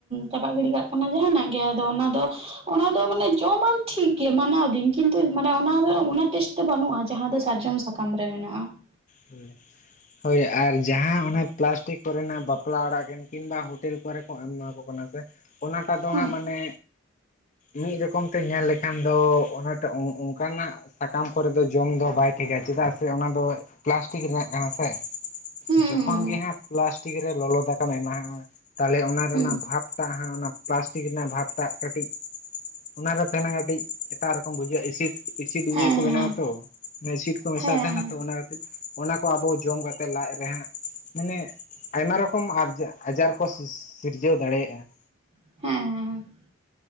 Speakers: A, on the right (about 30°); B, on the left (about 35°).
A: ᱪᱟᱯᱟᱜ ᱜᱤᱲᱤ ᱠᱟᱜ ᱱᱟᱣᱟ ᱱᱟᱜ ᱜᱮ ᱟᱫᱚ ᱚᱱᱟ ᱫᱚ ᱚᱱᱟ ᱫᱚ ᱢᱟᱱᱮ ᱡᱚᱢᱟᱢ ᱴᱷᱤᱠ ᱜᱮ ᱢᱟᱱᱟᱣ ᱤᱫᱤᱧ ᱠᱤᱱᱛᱩ ᱢᱟᱱᱮ ᱚᱱᱟ ᱫᱚ ᱚᱱᱟ ᱴᱮᱥᱴ ᱫᱚ ᱵᱟᱹᱱᱩᱜᱼᱟ ᱡᱟᱦᱟᱸ ᱫᱚ ᱥᱟᱨᱡᱚᱢ ᱥᱟᱠᱟᱢ ᱨᱮ ᱢᱮᱱᱟᱜᱼᱟ ᱾
B: ᱦᱩᱸ ᱾ ᱦᱳᱭ ᱟᱨ ᱡᱟᱦᱟᱸ ᱚᱱᱟ ᱯᱞᱟᱥᱴᱤᱠ ᱠᱚᱨᱮᱱᱟᱜ ᱵᱟᱯᱞᱟ ᱚᱲᱟᱜ ᱠᱤᱱ ᱠᱤᱱᱵᱟ ᱦᱳᱴᱮᱞ ᱠᱚᱨᱮ ᱠᱚ ᱮᱢᱟ ᱠᱚ ᱠᱟᱱᱟ ᱥᱮ ᱚᱱᱟᱴᱟ ᱫᱚ ᱦᱟᱸᱜ
A: ᱦᱩᱸ
B: ᱢᱟᱱᱮ ᱢᱤᱜ ᱨᱚᱠᱚᱢ ᱛᱮ ᱧᱮᱞ ᱞᱮᱠᱷᱟᱱ ᱫᱚ ᱚᱱᱟᱴᱟᱜ ᱚᱱ-ᱚᱱᱠᱟᱱᱟᱜ ᱥᱟᱠᱟᱢ ᱠᱚᱨᱮ ᱫᱚ ᱡᱚᱢ ᱫᱚ ᱵᱟᱭ ᱴᱷᱤᱠᱟ ᱪᱮᱫᱟᱜ ᱥᱮ ᱚᱱᱟ ᱫᱚ ᱯᱞᱟᱥᱴᱤᱠ ᱨᱮᱱᱟᱜ ᱠᱟᱱᱟ ᱥᱮ
A: ᱦᱩᱸ
B: ᱡᱚᱠᱷᱚᱱ
A: ᱦᱩᱸ ᱦᱩᱸ
B: ᱜᱮ ᱦᱟᱸᱜ ᱯᱞᱟᱥᱴᱤᱠ ᱨᱮ ᱞᱚᱞᱚ ᱫᱟᱠᱟᱢ ᱮᱢᱟᱦᱟᱜᱼᱟ ᱛᱟᱦᱚᱞᱮ ᱚᱱᱟ
A: ᱦᱩᱸ
B: ᱨᱮᱱᱟᱜ ᱵᱷᱟᱵᱽ ᱴᱟᱜ ᱦᱟᱸᱜ ᱚᱱᱟ ᱯᱞᱟᱥᱴᱤᱠ ᱨᱮᱱᱟᱜ ᱵᱷᱟᱵᱽ ᱴᱟᱜ ᱠᱟᱹᱴᱤᱡ ᱚᱱᱟᱨᱮ ᱯᱮᱸᱱ ᱠᱟᱹᱴᱤᱡ ᱮᱴᱟᱜ ᱨᱚᱠᱚᱢ ᱵᱩᱡᱷᱟᱹᱜ ᱤᱥᱥᱤᱴ ᱮᱥᱤᱴ ᱫᱤᱭᱮ
A: ᱦᱮᱸ
B: ᱠᱚ ᱵᱮᱱᱟᱣᱟ
A: ᱦᱮᱸ
B: ᱛᱚ ᱚᱱᱮ ᱤᱥᱤᱴ ᱠᱚ ᱢᱮᱥᱟ
A: ᱦᱮᱸ
B: ᱛᱟᱦᱮᱱᱟ ᱛᱚ ᱚᱱᱮ ᱚᱱᱟ ᱠᱚ ᱟᱵᱚ ᱡᱚᱢ ᱠᱟᱛᱮᱫ ᱞᱟᱡ ᱨᱮ ᱦᱟᱸᱜ ᱢᱟᱱᱮ ᱟᱭᱢᱟ ᱨᱚᱠᱚᱢ ᱟᱡᱽ-ᱟᱡᱟᱨ ᱠᱚ ᱥᱤ-ᱥᱤᱨᱡᱟᱹᱣ ᱫᱟᱲᱮᱭᱟᱼᱟ ᱾
A: ᱦᱩᱸᱻ ᱾